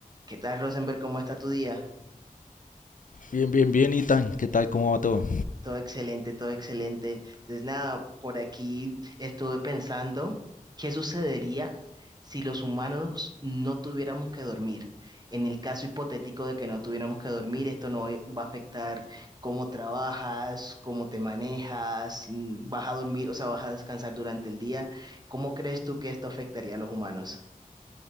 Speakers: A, on the right; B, on the left.
A: ¿Qué tal, Rosenberg? ¿Cómo está tu día?
B: Bien, bien, bien, Itan, ¿qué tal? ¿Cómo va todo?
A: Todo excelente, todo excelente. Entonces, nada, por aquí estuve pensando qué sucedería si los humanos no tuviéramos que dormir. En el caso hipotético de que no tuviéramos que dormir, esto no va a afectar cómo trabajas, cómo te manejas, mm, vas a dormir, o sea, vas a descansar durante el día. ¿Cómo crees tú que esto afectaría a los humanos?